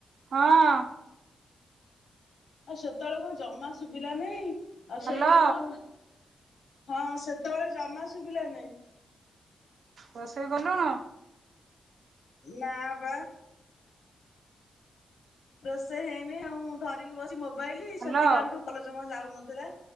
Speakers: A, on the right (about 70°); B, on the left (about 75°).
A: ହଁ।
B: ଆଉ ସେତେବେଳେ କଣ ଜମା ଶୁଭିଲା ନାଇ ଆଉ
A: ହ୍ୟାଲୋ
B: ସେଇଆକୁ ହଁ କେତେବେଳେ ଜମା ଶୁଭିଲା ନାହିଁ।
A: ରୋଷେଇ କଲୁ ଣି?
B: ନା ବା। ରୋଷେ ହେଇନି ଆ ଧରିକି ବସି ମୋବାଇଲ
A: ହ୍ୟାଲୋ
B: ସେତିକାଳଠୁ କଲଜମା ଯାଉନଥିଲା।